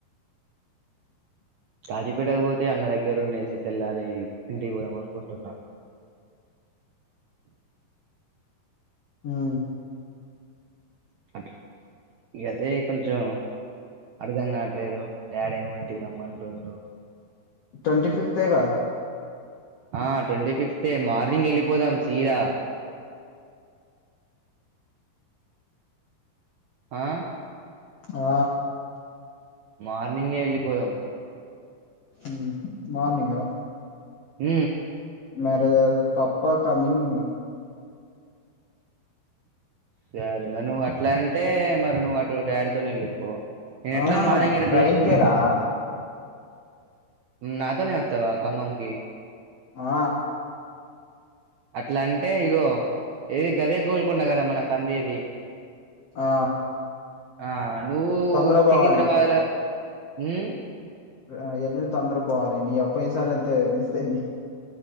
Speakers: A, on the right; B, on the left.
A: కాజీపేటకు పోతే అన్న దగ్గర ఉండేసి తెల్లారి ఇంటికి పోదాం అనుకుంటున్నా
B: ఆ
A: అట్ల్ అదే కొంచెం అర్ధం కావట్లేదు డాడ్ ఏమో ఇంటికి రమ్మంటుండు.
B: ట్వంటీ ఫిఫ్తేగా
A: ఆ ట్వంటీ ఫిఫ్తే మార్నింగ్ వెళ్ళిపోదాం సీదా ఆ
B: ఆ
A: మార్నింగే వెళ్ళిపోదాం
B: ఉ మార్నింగా
A: ఉ
B: మరలేదు పప్పా కమింగ్
A: సరే మ నువ్వు అట్లా అంటే మరి నువ్వు అటు డాడీతోని వెళ్ళిపో. ఎట్లా
B: ఆహా
A: మార్నింగ్ ఇడా
B: ట్రైన్
A: దేశ్ముకి
B: కేరా
A: వెళ్తా నాతోనే వత్తవా ఖమ్మం కి
B: ఆ
A: అట్లా అంటే ఇగో ఏది గదే గోల్కొండ కదా మనకు అందేది.
B: ఆ
A: ఆ నువ్వు
B: తొందర పోవాలి
A: సికింద్రాబాద్లో
B: ఇప్పుడు
A: ఉ
B: ఆ వెంటనే తొందర పోవాలి నీయ పోయినా సరి అంతే మిస్ అయింది.